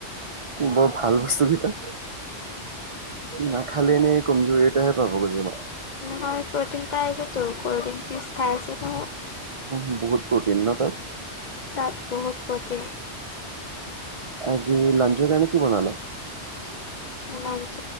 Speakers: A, on the right; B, on the left.
A: বৰ ভাল বস্তু কেইটা নাখালে এনেই কমজৰি। তেতিয়াহে পাব গৈ যাব।
B: নহয় প্ৰটিন পাই আছে তো কল্ড ড্ৰিংক জোজ খাই আছে নহয়।
A: উম বহুত প্ৰটিন ন তাত।
B: তাত বহুত প্ৰটিন।
A: আজি লাঞ্চৰ কাৰণে কি বনালা?
B: মাঞ্চ